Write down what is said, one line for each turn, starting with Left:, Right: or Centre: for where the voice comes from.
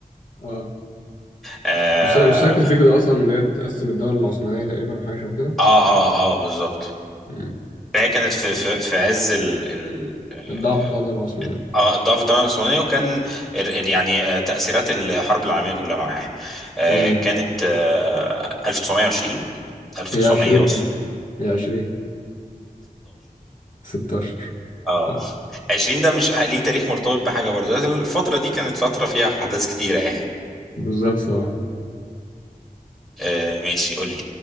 Left: آه
Centre: اه
Left: مش سا- مش ساكس بيكو ده أصلا اللي هي تقسم الدولة العثمانية تقريبا أو حاجة شبه كده
Centre: اه اه, آه بالظبط
Left: مم.
Centre: فهي كانت في في, في عز ال... ال... آه،
Left: الضعف بتاع الدولة العثمانية
Centre: اه ضعف الدولة العثمانية وكان ال- ال- يعني آه، تأثيرات الحرب العالمية الأولى معاه آه،
Left: مم.
Centre: كانت آه، 1920 1916
Left: هي 20 فعلا هي 20 16
Centre: اه
Left: اه
Centre: 20 ده مش ليه تاريخ مرتبط بحاجة برضه الفترة دي كانت فترة فيها أحداث كتيرة يعني
Left: بالظبط اه
Centre: آه، ماشي قول لي